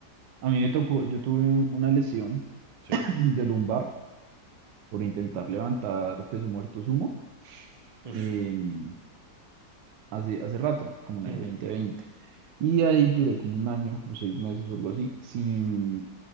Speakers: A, on the right; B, on the right.
A: a mí me tocó, yo tuve un- una lesión
B: Sí.
A: <clears throat> de lumbar por intentar levantar peso muerto sumo
B: Uf.
A: em, hace, hace rato, como en
B: Mm.
A: el dos mil veinte Y ahí duré como un año o seis meses o algo así, sin,